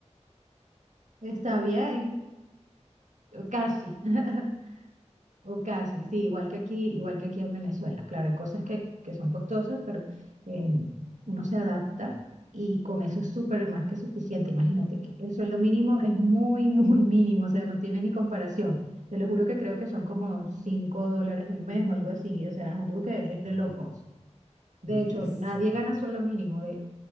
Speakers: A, on the right; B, on the left.
A: está bien, casi. <laughs> O casi, sí, igual que aquí, igual que aquí en Venezuela. Claro, hay cosas que, que son costosas, pero eh, uno se adapta y con eso es súper más que suficiente. Imagínate, aquí el sueldo mínimo es muy, <laughs> muy mínimo, o sea, no tiene ni comparación. Te lo juro que creo que son como 5 dólares al mes o algo así, o sea, es algo que es
B: Bueno,
A: de locos.
B: <laughs>
A: De
B: no,
A: hecho,
B: eso
A: nadie
B: no.
A: gana sueldo mínimo. De...